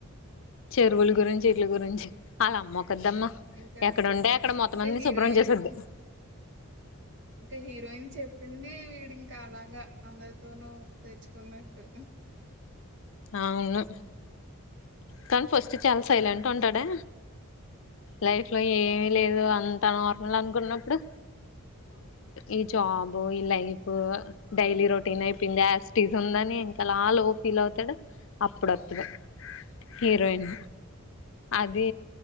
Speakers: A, on the left; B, on the right.
A: చెరువుల గురించి ఇీట్ల గురించి వల్ల అమ్మోకదమ్మ
B: ఇంకా
A: ఎక్కడుంటే అక్కడ మొత్తం
B: ఇంకా
A: మన్ని
B: హీరోయిన్
A: శుభ్రం చేసొద్ది.
B: ఇంకా హీరోయిన్ చెప్పింది వీడి ఇంకా అలాగా అందరితోనూ తెచ్చుకున్నట్టు
A: అవును తను ఫస్ట్ చాలా సైలెంట్ ఉంటడే లైఫ్ లో ఏమిీ లేదు అ త నార్మల్ అనుకున్నప్పుడు ఈ జాబ్ ఈ లైఫ్ డైలీ రొటీన్ అయిపోయింది. ఆసిటిస్ ఉందని ఇంకా అలా లో ఫీల్ అవుతాడు అప్పుడు వస్తాది హీరోయిన్ అది